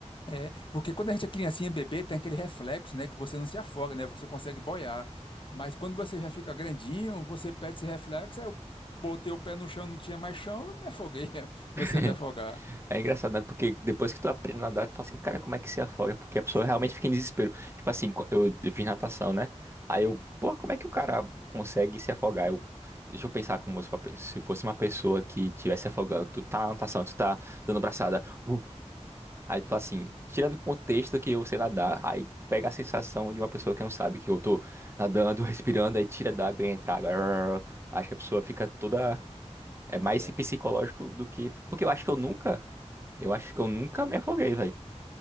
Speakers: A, on the left; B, on the right.
A: É, porque quando a gente é criancinha, bebê, tem aquele reflexo, né, que você não se afoga, né, você consegue boiar. Mas quando você já fica grandinho, você perde esse reflexo, aí eu botei o pé no chão, não tinha mais chão, eu me afoguei, <laughs> comecei
B: <laughs>
A: a me afogar.
B: É engraçado, né? Porque depois que tu aprende a nadar, tu fala assim, cara, como é que se afoga? É Porque a pessoa
A: É,
B: realmente fica em desespero. Tipo assim, co- eu eu fiz natação, né? Aí eu, pô, como é que o cara consegue se afogar? Eu, deixa eu pensar como se uma pe- se fosse uma pessoa que estivesse afogando. Tu tá na natação, tu tá dando braçada. Uh, Aí tu fala assim, tirando o contexto que eu sei nadar, aí pega a sensação de uma pessoa que não sabe, que eu tô nadando, <laughs> respirando, aí tira d'água e entra água. Arr, Acho que a pessoa fica toda. É mais
A: é,
B: psicológico do que. Porque eu acho que eu nunca. Eu acho que eu nunca me afoguei, velho.